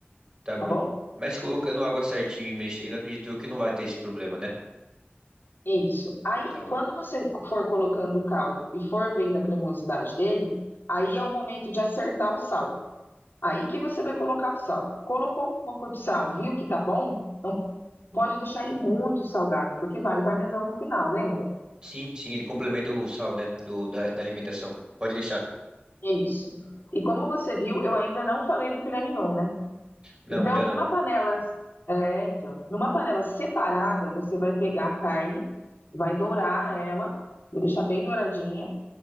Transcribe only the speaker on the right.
Tá bom.
Mas colocando água certinho e mexendo, acredito eu que não vai ter esse problema, né?
Tá bom.
Sim, sim, ele complementa o sal, né? Do, da, da alimentação. Pode deixar.
Não,
ainda
não.